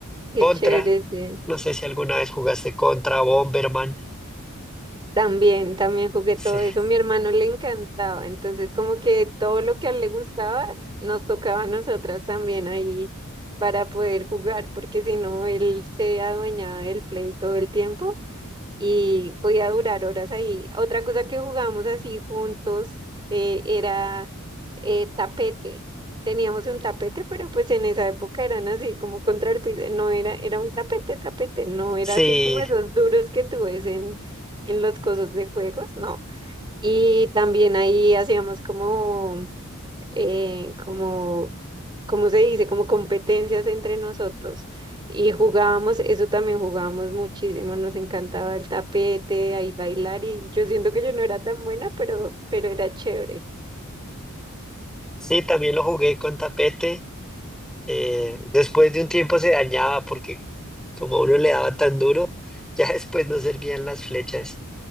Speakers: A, on the right (about 20°); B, in the centre.
A: Qué
B: Contra,
A: chévere, sí.
B: no sé si alguna vez jugaste Contra, Bomberman.
A: También, también jugué
B: Sí,
A: todo eso. Mi hermano le encantaba, entonces como que todo lo que a él le gustaba nos tocaba a nosotras también ahí para poder jugar, porque si no, él se adueñaba del play todo el tiempo y podía durar horas ahí. Otra cosa que jugábamos así juntos eh, era eh, tapete. Teníamos un tapete, pero pues en esa época eran así como contra el piso, no era, era un tapete, tapete, no era
B: sí,
A: así como esos duros que tú ves en, en los cosos de juegos, no. Y también ahí hacíamos como, eh, como ¿cómo se dice? Como competencias entre nosotros. Y jugábamos, eso también jugábamos muchísimo, nos encantaba el tapete, ahí bailar y yo siento que yo no era tan buena, pero, pero era chévere.
B: Sí, también lo jugué con tapete. eh, después de un tiempo se dañaba porque como uno le daba tan duro, ya <laughs> después no servían las flechas.